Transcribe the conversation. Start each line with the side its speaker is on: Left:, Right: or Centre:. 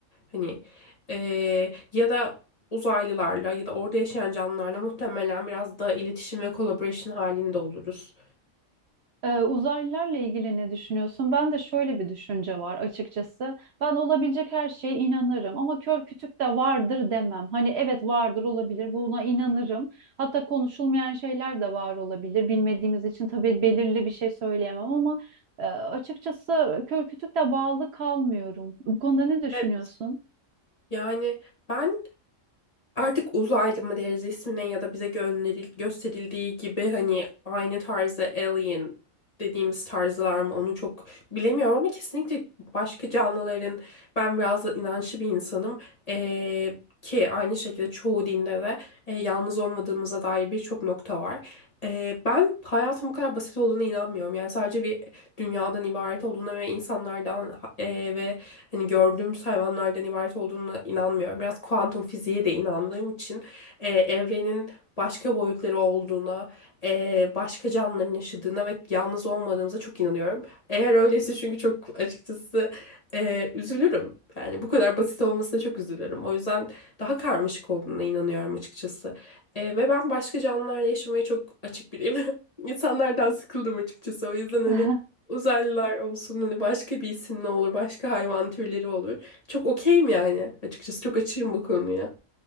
Left: Hani eee, ya da uzaylılarla ya da orada yaşayan canlılarla muhtemelen biraz daha iletişim ve collaboration halinde oluruz.
Right: Ee, uzaylılarla ilgili ne düşünüyorsun? Ben de şöyle bir düşünce var açıkçası. Ben olabilecek her şeye inanırım ama kör kütük de vardır demem. Hani evet vardır olabilir buna inanırım. Hatta konuşulmayan şeyler de var olabilir. Bilmediğimiz için tabii belirli bir şey söyleyemem ama e, açıkçası kör kütük de bağlı kalmıyorum. Bu konuda ne düşünüyorsun?
Left: Evet. Yani ben Artık uzaylı mı deriz ismine ya da bize gönderil gösterildiği gibi hani aynı tarzda alien dediğimiz tarzlar mı onu çok bilemiyorum ama kesinlikle başka canlıların ben biraz da inançlı bir insanım Ee, ki aynı şekilde çoğu dinde de e, yalnız olmadığımıza dair birçok nokta var. Ee, ben hayatın bu kadar basit olduğuna inanmıyorum. Yani sadece bir dünyadan ibaret olduğuna ve insanlardan e, ve hani gördüğümüz hayvanlardan ibaret olduğuna inanmıyorum. Biraz kuantum fiziğe de inandığım için e, evrenin başka boyutları olduğuna, e, başka canlıların yaşadığına ve yalnız olmadığımıza çok inanıyorum. Eğer öyleyse çünkü çok açıkçası e, üzülürüm. Yani bu kadar basit olmasına çok üzülürüm. O yüzden daha karmaşık olduğuna inanıyorum açıkçası. E, ve ben başka canlılarla yaşamaya çok açık biriyim. <laughs> İnsanlardan sıkıldım açıkçası. O yüzden hani
Right: <laughs>
Left: Uzaylılar olsun hani başka bir isim ne olur, başka hayvan türleri olur. Çok okeyim yani açıkçası çok açığım bu konuya.